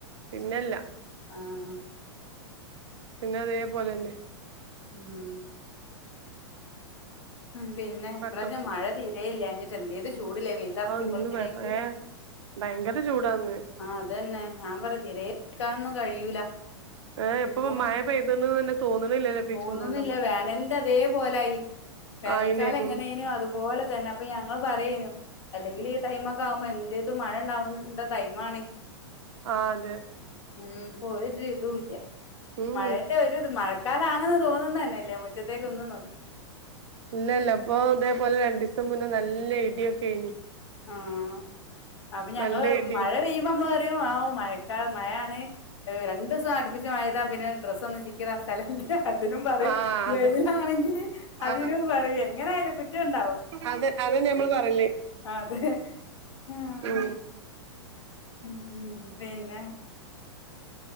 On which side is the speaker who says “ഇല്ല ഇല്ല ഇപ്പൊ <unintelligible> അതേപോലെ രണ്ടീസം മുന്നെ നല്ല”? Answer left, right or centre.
Right